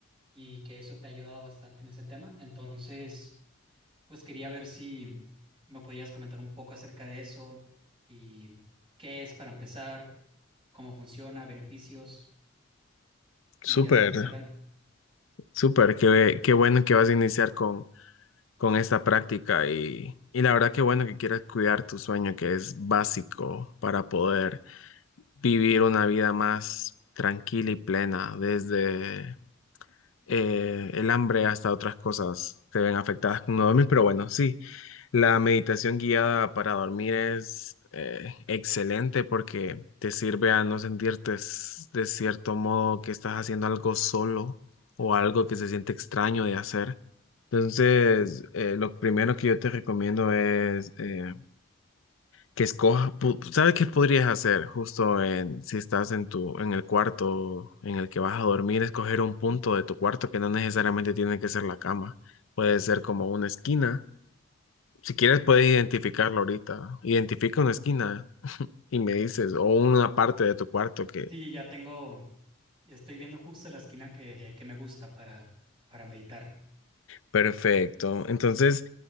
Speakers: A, on the right (about 25°); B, on the left (about 75°).
A: y que eso te ha ayudado bastante en ese tema. Entonces, pues quería ver si me podías comentar un poco acerca de eso y qué es para empezar, cómo funciona, beneficios y
B: Súper,
A: así en general.
B: súper, qué, qué bueno que vas a iniciar con, con esta práctica y, y la verdad qué bueno que quieras cuidar tu sueño, que es básico para poder vivir una vida más tranquila y plena, desde eh, el hambre hasta otras cosas se ven afectadas con no dormir, pero bueno, sí, la meditación guiada para dormir es eh, excelente porque te sirve a no sentirte s- de cierto modo que estás haciendo algo solo o algo que se siente extraño de hacer. Entonces, eh, lo primero que yo te recomiendo es eh, que escojas, pu- ¿sabes qué podrías hacer justo en, si estás en tu, en el cuarto en el que vas a dormir? Escoger un punto de tu cuarto que no necesariamente tiene que ser la cama. Puede ser como una esquina si quieres, puedes identificarlo ahorita. Identifica una esquina y me dices, o una parte de tu cuarto que...
A: Sí, ya tengo, estoy viendo justo la esquina que, que me gusta para, para meditar.
B: Perfecto. Entonces,